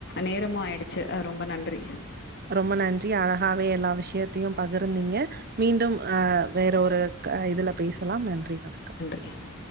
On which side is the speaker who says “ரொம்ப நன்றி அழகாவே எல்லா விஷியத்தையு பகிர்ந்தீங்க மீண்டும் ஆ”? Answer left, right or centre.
Right